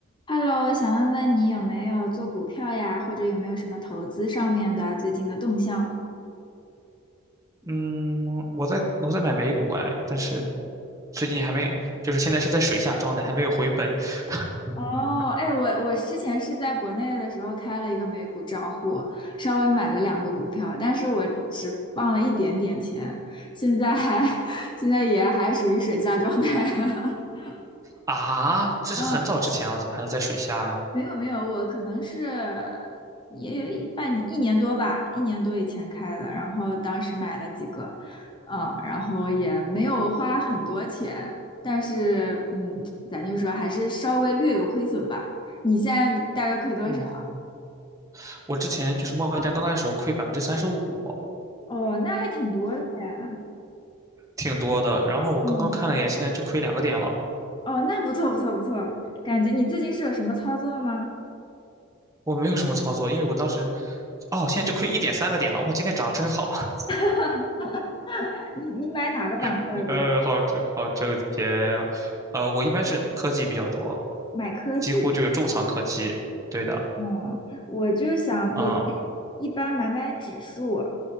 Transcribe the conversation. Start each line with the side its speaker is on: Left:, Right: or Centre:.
Left: Hello，想问问你有没有做股票呀，或者有没有什么投资上面的最近的动向？
Right: 嗯，我在我在买美股哎，但是最近还没，就是现在是在水下状态，还没有回本 <laughs>。
Left: 哦，哎，我我之前是在国内的时候开了一个美股账户，稍微买了两个股票，但是我只放了一点点钱，现在还 <laughs> 现在也还属于水下状态。<laughs>
Right: 啊，这是很早之前了，
Left: 嗯，
Right: 怎么还能在水下呀？
Left: 没有没有，我可能是也有一半一年多吧，一年多以前开的，然后当时买了几个，嗯，然后也没有花很多钱，但是嗯，咱就说还是稍微略有亏损吧。你现在大概亏多少？
Right: 嗯，我之前就是贸易战刚开始时候亏百分之三十五，
Left: 哦，那还挺多的呀。
Right: 挺多的。然后我刚刚看了一眼，
Left: 嗯，
Right: 现在就亏两个点了。
Left: 哦，那不错不错不错，感觉你最近是有什么操作吗？
Right: 我没有什么操作，因为我当时，哦，现在就亏一点三个点了。哇，今天涨得真好。
Left: <laughs> 你你买哪个板块的多？
Right: <laughs> 呃，好挣好挣钱啊。呃，我一般是科技比较多，
Left: 买科技？
Right: 几乎就是重仓科技。对的，
Left: 嗯，我就想，
Right: 嗯，
Left: 我就一般买买指数，